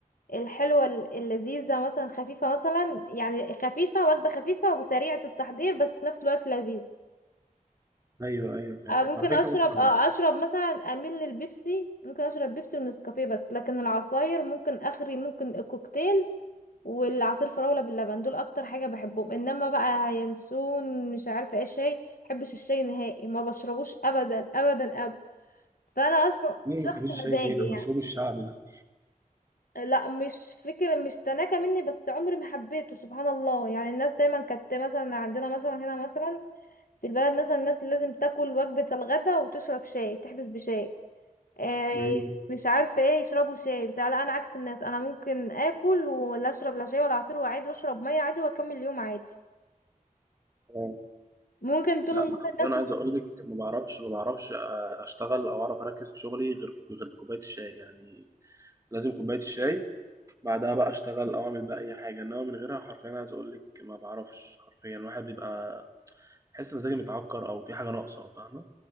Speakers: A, on the left; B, on the right.
A: الحلوه اللذيذه مثلا خفيفه مثلا يعني خفيفه وجبه خفيفه وسريعه التحضير بس في نفس الوقت لذيذ
B: أيوه أيوه فاهم
A: آه، ممكن
B: على فكرة
A: اشرب
B: أنا كمان
A: اه اشرب مثلا اميل للبيبسي ممكن اشرب بيبسي ونسكافيه بس لكن العصاير ممكن اخري ممكن كوكتيل والعصير فراولة باللبن دول اكتر حاجة بحبهم انما بقى ينسون مش عارفة ايه شاي بحبش الشاي نهائي ما بشربوش ابدا ابدا ابدا فانا اصلا
B: ليه
A: شخص
B: ما بتحبيش
A: مزاجي
B: الشاي ليه ده مشروب
A: يعني
B: الشعب ده
A: لا مش فكرة مش تناكة مني بس عمري ما حبيته سبحان الله يعني الناس دايما كانت مثلا عندنا مثلا هنا مثلا في البلد مثلا الناس لازم تاكل وجبة الغداء وتشرب شاي تحبس بشاي آه،
B: مم.
A: مش عارفه ايه يشربوا شاي بتاع لا انا عكس الناس انا ممكن اكل ولا اشرب لا شاي ولا عصير وعادي واشرب ميه عادي واكمل اليوم عادي
B: اه
A: ممكن طول
B: لا
A: النهار الناس
B: أنا أنا عايز أقول لك ما بعرفش ما بعرفش أشتغل أو أعرف أركز في شغلي غير غير بكوباية الشاي يعني لازم كوباية الشاي بعدها بقى اشتغل او اعمل بقى اي حاجه انما من غيرها حرفيا عايز اقول لك ما بعرفش حرفيا الواحد بيبقى بحس مزاجي متعكر او في حاجه ناقصه فاهمه